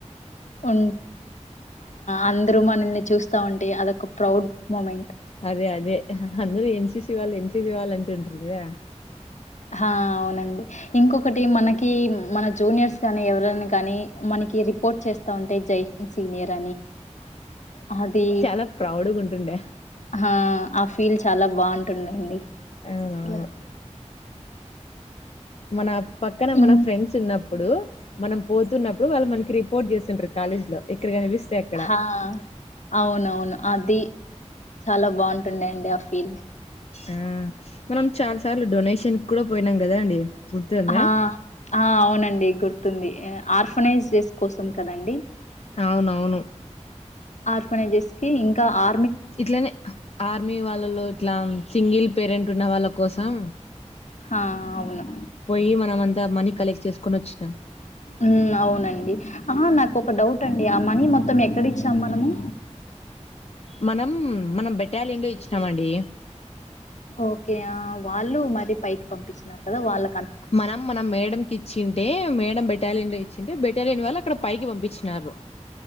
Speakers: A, on the left; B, on the left.
A: ఉ అందరూ మనల్ని చూస్తా ఉంటే అదొక ప్రౌడ్ మూమెంట్
B: అదే అదే అందర ఎన్సిసి వాళ్ళు ఎన్సిసి వాళ్ళు అంటంటరి కదా
A: హా అవునండి ఇంకొకటి మనకి మన జూనియర్స్ కాగానీ ఎవ కాని మనకి రిపోర్ట్ చేస్తా ఉంటే జై సీనియర్ అది
B: చాలా ప్రౌడ్గా ఉంటుండే
A: హా ఫీల్ చాలా బాగుంటుందండి
B: అవునావును
A: అసలు
B: మన పక్కన
A: ఇం
B: మన ఫ్రెండ్స్ ఉన్నప్పుడు మనం పో స్తున్నప్పుడు వాళ్ళ మకి రిపోర్ట్ చేస్తుంటారు కాలజ్ లో ఇక్కడ కనిపిస్తే అక్కడ
A: హా అవునవును అది చాలా బాగుంటుంది ఆ ఫీల్
B: ఉమ్ మనం చాలా సార్లు డొనేషన్ కూడా పోయినాం కదా అండి గుర్తుందా
A: హా అవునండి గుర్తుంది ఆర్ఫనైజ్ చేస్ కోసం కదండి
B: అవునవును
A: ఆర్ఫనేైజెస్ కి ఇంకా ఆ
B: ఇట్లనే ఆర్మీ వాళ్ళలో ఇట్లా సింగిల్ పేరెంట్ ఉన్న వాళ్ళ కోసం
A: ఆ అవును
B: పోయి మనం అంతా మనీ కలెక్ట్ చేసుకొని ఓచ్చిన
A: ఊ అవునండి ఆ నాకు ఒక డౌట్ అండి ఆ మనీ మొత్తం ఎక్కడిచ్చాం మనము
B: మనం మనం బెటాలియన్ లో ఇచ్చినమండి
A: ఓకే ఆ వాళ్ళు మరి పైకి పంపించినారు కదా వాళ్ళ
B: మనం మన మేడ కిచ్చింటే మేడం బెటాలియన్ లో చ్చంటే బెటాలియన్ వాళ్ళు అక్కడ పైకి పంపించినారు